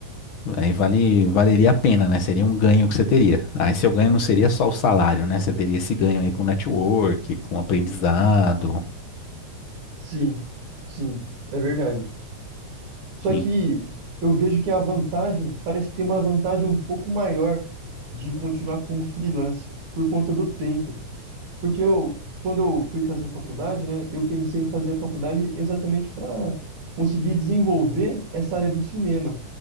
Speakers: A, on the left; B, on the right.
A: Aí vale, valeria a pena, né? Seria um ganho que você teria. Aí seu ganho não seria só o salário, né? Você teria esse ganho aí com network, com aprendizado.
B: sim, sim, é verdade. Só
A: Sim,
B: que eu vejo que a vantagem, parece que tem uma vantagem um pouco maior de continuar como freelance por conta do tempo. Porque eu, quando eu fui fazer faculdade, né, eu pensei em fazer a faculdade exatamente para conseguir desenvolver essa área do cinema,